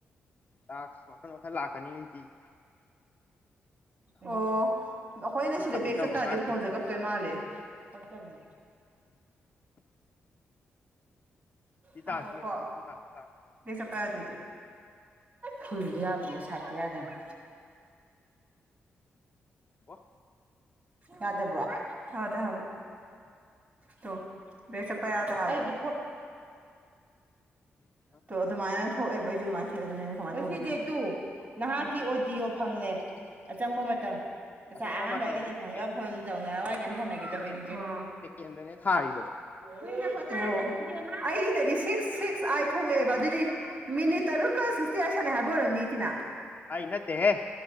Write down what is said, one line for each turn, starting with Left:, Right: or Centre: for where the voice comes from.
Left: ꯇꯥꯛꯁ ꯃꯈꯜ ꯃꯈꯜ ꯂꯥꯛꯀꯅꯤ ꯅꯨꯡꯇꯤꯒꯤ
Right: ꯑꯣ ꯑꯩꯈꯣꯏꯅ
Left: ꯁꯤ
Right: ꯁꯤꯗ
Left: ꯁꯕꯃꯤꯠ
Right: ꯕꯦꯒ
Left: ꯇꯧꯈ꯭ꯔꯀꯥꯟꯗ
Right: ꯆꯠꯇꯥꯥꯔꯗꯤ ꯐꯣꯟꯁꯦ
Left: ꯃꯊꯪ
Right: ꯀꯛꯇꯣꯏ
Left: ꯑꯃꯨꯛ ꯂꯥꯛꯀꯅꯤ
Right: ꯃꯥꯜꯂꯦ ꯫ ꯀꯛꯇꯕꯅꯦ
Left: ꯁꯤ
Right: ꯉꯥꯏꯈꯣ
Left: ꯇꯥꯛꯁꯁꯤ ꯂꯣꯏꯔꯀꯥꯟꯗ
Right: ꯀꯣ
Left: ꯃꯊꯪ ꯇꯥꯛꯁ ꯂꯥꯛꯀꯅꯤ
Right: ꯕꯦꯛ ꯆꯠꯄ ꯌꯥꯗꯦꯗꯣ ꯐꯨꯗꯤ ꯌꯥꯕꯅꯦ ꯁꯥꯠꯇꯤ ꯌꯥꯕꯅꯦ
Left: ꯋꯥ
Right: ꯌꯥꯗꯕꯔꯣ ꯌꯥꯗꯦ ꯍꯥꯏꯕ ꯇꯣ ꯕꯦꯛ ꯆꯠꯄ ꯍꯥꯗꯦ ꯍꯥꯏꯕ
Left: ꯑꯣꯏꯅꯦ
Right: ꯇꯣ ꯑꯗꯨꯃꯥꯏꯅ ꯊꯣꯛꯑꯦꯕ ꯑꯩꯁꯨ ꯑꯗꯨꯃꯥꯏꯅ ꯊꯣꯛꯑꯦ ꯑꯗꯨꯅ ꯀꯃꯥꯏꯅ ꯍꯣꯏ ꯁꯤ ꯗꯦ ꯇꯨ ꯅꯍꯥꯛꯀꯤ ꯑꯣꯗꯤꯌꯣ ꯐꯪꯂꯦ ꯑꯆꯪꯕ ꯃꯇꯝ ꯉꯁꯥꯏ
Left: ꯑꯆꯪꯕ
Right: ꯑꯍꯥꯟꯕ
Left: ꯃꯇꯝ
Right: ꯑꯩꯒ
Left: ꯑꯗꯨ
Right: ꯅꯦꯜꯁꯟꯒ
Left: ꯁꯦꯀꯦꯟ
Right: ꯐꯣꯟ ꯇꯧꯅꯔ ꯋꯥꯔꯤ ꯀꯔꯤꯝ ꯁꯅꯥꯈꯤꯗꯕꯅꯦ
Left: ꯁꯦꯀꯦꯟ
Right: ꯖꯦꯔꯣ
Left: ꯁꯦꯀꯦꯟꯗꯅꯦ ꯊꯥꯔꯤꯗꯣ
Right: ꯂꯩꯗꯣ ꯫ ꯑꯩꯗꯗꯤ ꯁꯤꯛꯁ ꯁꯤꯛꯁ ꯑꯦꯏꯠ ꯊꯣꯛꯂꯛꯑꯦꯕ ꯑꯗꯨꯗꯤ ꯃꯤꯅꯤꯠ ꯇꯔꯨꯛꯀ ꯁꯤꯛꯁꯇꯤ ꯑꯥꯏꯠ ꯁꯅꯩ ꯍꯥꯏꯕ ꯑꯣꯏꯔꯝꯅꯤ ꯁꯤꯅ
Left: ꯑꯩ ꯅꯠꯇꯦꯍꯦ ꯫